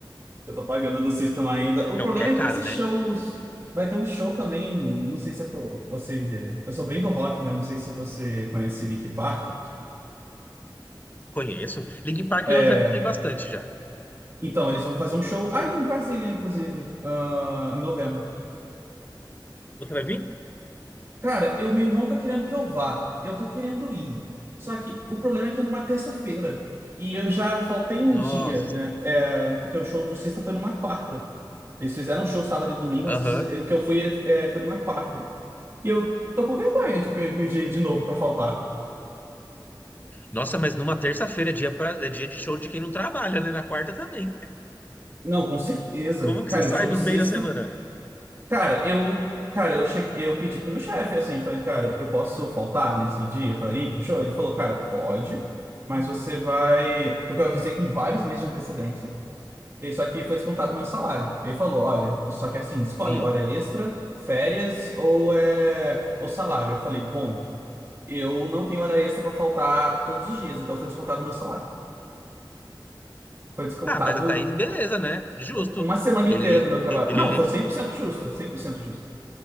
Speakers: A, on the right; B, on the left.
A: Eu tô pagando do System ainda. O
B: Não,
A: problema
B: porque é
A: é
B: caro,
A: que esses
B: né?
A: shows. Vai ter um show também. Não sei se eu tô- você. Eu sou bem do rock, né? Não sei se você conhece Linkin Park.
B: Conheço. Linkin Park
A: É,
B: eu já escutei bastante já.
A: então, eles vão fazer um show aí em Brasília, inclusive, ah, em novembro.
B: Você vai vir?
A: Cara, eu, meu irmão tá querendo que eu vá. Eu tô querendo ir. Só que o problema é que é numa terça-feira. E eu já faltei um
B: Nossa,
A: dia, né? É, porque o show do Sista foi numa quarta. Eles fizeram um show sábado e domingo,
B: aham.
A: mas esse- o que eu fui ele- é, foi numa quarta. E eu tô com vergonha de pedir de novo pra faltar.
B: Nossa, mas numa terça-feira é dia, pra, é dia de show de quem não trabalha, né? Na quarta também.
A: Não, com certeza.
B: Como que
A: Cara,
B: você sai
A: o show
B: no
A: do Sista
B: meio da semana?
A: Cara, eu, cara, eu cheguei, eu pedi pro meu chefe assim, falei, cara, eu posso faltar nesse dia pra ir pro show? Ele falou, cara, pode, mas você vai, porque eu avisei com vários meses de antecedência. isso aqui foi descontado do meu salário. Ele falou, olha, isso aqui é assim, escolhe
B: Sim.
A: hora extra, férias ou é ou salário. Eu falei, bom, eu não tenho hora extra pra faltar todos os dias, então foi descontado do meu salário. Foi descontado
B: Ah, mas a Thaís, beleza, né? Justo.
A: uma semana inteira
B: Ele,
A: do meu trabalho.
B: ele,
A: Não, foi 100% justo, 100% justo.